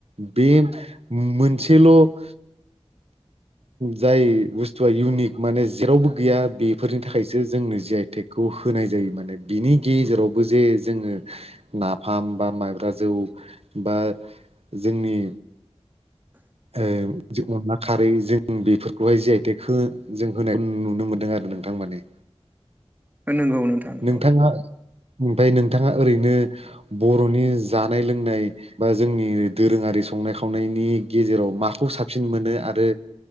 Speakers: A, on the right; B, on the right.
A: बे मोनसेल' जाय बुस्थु थुआ इउनिक माने जेरावबो गैया बेफोरनि थाखायसो जोंनो जि आइ टेकखौ होनाय जायो माने बिनि गेजेराव बो जे जोङो नाफाम बा माइब्रा जौ बा जोंनि ओ जों अनला खारैजों बेफोरखौहाय जेहथे जों होनाय नुनो मोनदों आरो नोंथां माने
B: नंगौ नोंथा नंगौ
A: नोंथाङा ओमफ्राय नोंथाङा ओरैनो बर'नि जानाय लोंनाय बा जोंनि दोरोङारि संनाय खावनायनि गेजेराव माखौ साबसिन मोनो आरो